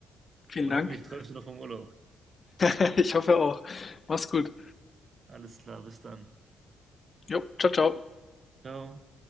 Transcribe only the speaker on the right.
und
hoffentlich träumst du noch vom Urlaub.
Alles klar, bis dann.
Ciao.